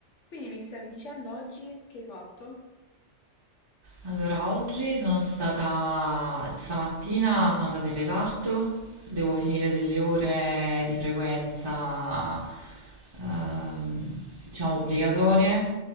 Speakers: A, on the left (about 80°); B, on the right (about 25°).
A: Quindi mi stavi dicendo oggi che hai fatto?
B: Allora, oggi sono stata, stamattina sono andata in reparto, devo finire delle ore di frequenza, ehm, diciamo, obbligatorie